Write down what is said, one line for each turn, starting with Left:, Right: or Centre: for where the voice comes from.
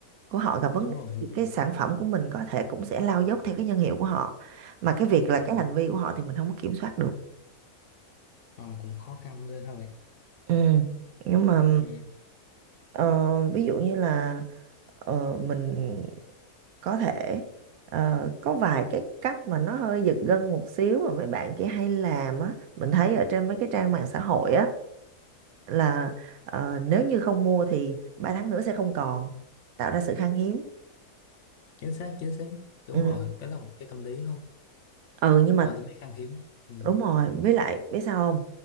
Right: của họ gặp vấn
Left: đúng
Right: đề
Left: rồi đúng
Right: thì
Left: rồi
Right: cái sản phẩm của mình có thể cũng sẽ lao dốc theo cái nhân hiệu của họ. Mà cái việc là
Left: ừ.
Right: cái hành vi của họ thì mình không có kiểm soát được.
Left: Ờ, cũng khó khăn ghê ha bạn
Right: Ừ. Nhưng mà
Left: ừ.
Right: ờ, ví dụ như là ờ, mình có thể ờ, có vài cái cách mà nó hơi giật gân một xíu mà mấy bạn kia hay làm á mình thấy ở trên mấy cái trang mạng xã hội á là ờ, nếu như không mua thì 3 tháng nữa sẽ không còn tạo ra sự khan hiếm
Left: chính xác chính xác đúng
Right: ừ.
Left: rồi cái là một cái tâm lý không
Right: ừ nhưng mà
Left: à, tâm lý khan hiếm ừ.
Right: đúng rồi với lại biết sao không